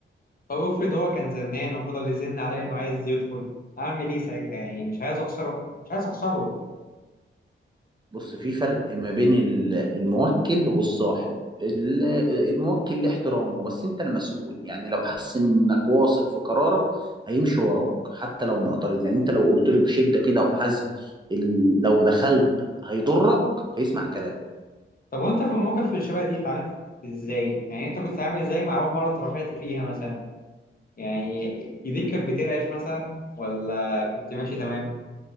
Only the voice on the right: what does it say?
بص في فرق ما بين ال- الموكل والصاحب ال- الموكل له احترامه بس انت المسؤول يعني لو حس انك واثق في قرارك هيمشي وراك حتى لو معترض يعني انت لو قلت له بشده كده وحزم ال- لو دخلت هيضرك هيسمع كلامك